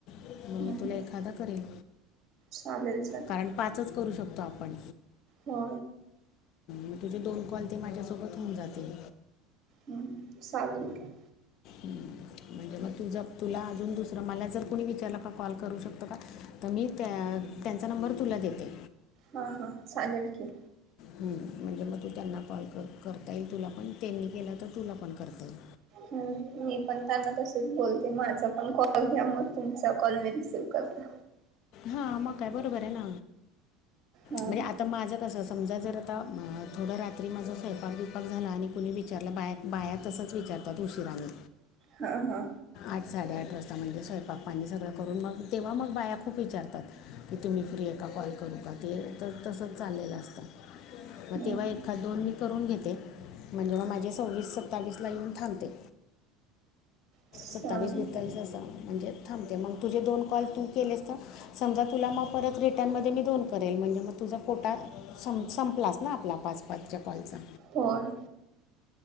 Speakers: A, on the left (about 50°); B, on the right (about 35°).
A: मग
B: हम्म
A: मी तुला
B: हम्म
A: एखादा करेन
B: चालेल चालेल
A: कारण पाचच करू शकतो आपण
B: हो
A: म तुझे दोन कॉल ते माझ्यासोबत होऊन जातील
B: हम्म चालेल का
A: म्हणजे मग तुझ तुला अजून दुसरं मला जर कोणी विचारलं का कॉल करू शकतं का तर मी त्या त्यांचा नंबर तुला देते
B: हा हा चालेल की
A: ह म्हणजे मग तू त्यांना कॉल करता येईल तुला पण त्यांनी केला तर तुला पण करता येईल
B: हम्म मी पण त्यांना तसच बोलते माझा पण कॉल घ्या मग तुमचा कॉल मी रिसीव करते
A: हा मकाय बरोबर आहे ना
B: हा
A: म्हणजे आता माझं कसं समजा जर आता थोडं रात्री माझं खेळपाक दिवपाक झाला आणि कुणी विचारलं बाया बाया तसंच विचारतात उशिराने
B: हा हा
A: आठ साडेआठ वाजता म्हणजे स्वयंपाक पाणी सगळं करून मग तेव्हा मग बाया खूप विचारतात की तुम्ही फ्री आहे का कॉल करू का ते तर तसंच चाललेलं असतं
B: हम्म
A: मग तेव्हा
B: हम्म
A: एखा दोन् करून घेते म्हणजे मग माझे सव्वीस सत्तावीस ला येऊन थांबते
B: चालेल
A: सत्तावीस बेताळीस अस म्हणजे थांबते मग तुझे दोन कॉल तू केलेस तर समजा तुला मग परत रिटर्न म मी दोन करेल म्हणजे मग तुझा कोटा क्लास ना आपला पाच पाचच्या कॉलचा
B: होर